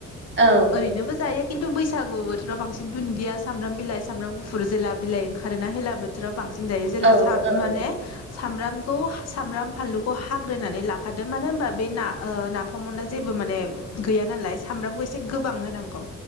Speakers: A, on the right (about 40°); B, on the left (about 55°).
A: औ
B: ओरैनोबो जायो खिन्थु बैसागु बोथोराव बांसिन दुन्दिया सामब्र बिलाइ सामब्र गफुर जेला बिलाइ ओंखारोनाेला बोथाव बांसिन दायो जेला
A: औ
B: सा
A: औ
B: माने सामब्रामखौ सामब्राम फानलुखौ हाग्रोनानै लाखादों मानो होनबा बे ना नाफामा जे फोरबो माने गैया नालाय सामब्रामखौ एसे गोबां होनांगौ